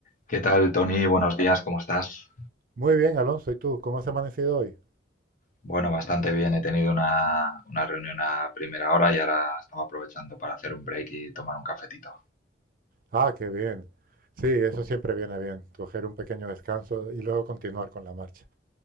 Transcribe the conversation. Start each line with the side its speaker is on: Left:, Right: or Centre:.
Left: ¿Qué tal, Tony? Buenos días, ¿cómo estás?
Right: Muy bien, Alonso. ¿Y tú? ¿Cómo has amanecido hoy?
Left: Bueno, bastante bien. He tenido una, una reunión a primera hora y ahora estaba aprovechando para hacer un break y tomar un cafetito.
Right: Ah, qué bien. Sí, eso siempre viene bien, coger un pequeño descanso y luego continuar con la marcha.